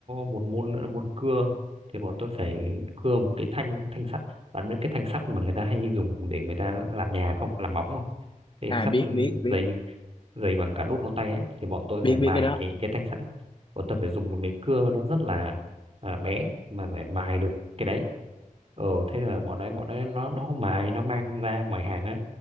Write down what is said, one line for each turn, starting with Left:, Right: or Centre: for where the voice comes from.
Right: một môn nữa là môn cưa thì bọn tôi phải cưa một cái thanh thanh sắt bạn biết cái thanh sắt mà người ta hay dùng để người ta làm nhà không làm móng không cái
Left: à
Right: sắt
Left: biết biết
Right: dày
Left: biết
Right: dày bằng cả đốt ngón tay ấy thì bọn tôi
Left: biết
Right: phải mài
Left: biết cái đó
Right: cái cái thanh sắt ấy. Bọn tôi phải dùng một cái cưa nó rất là à, bé mà phải mài được cái đấy. Ờ thế là bọn ấy bọn ấy nó nó không mài nó mang ra ngoài hàng ấy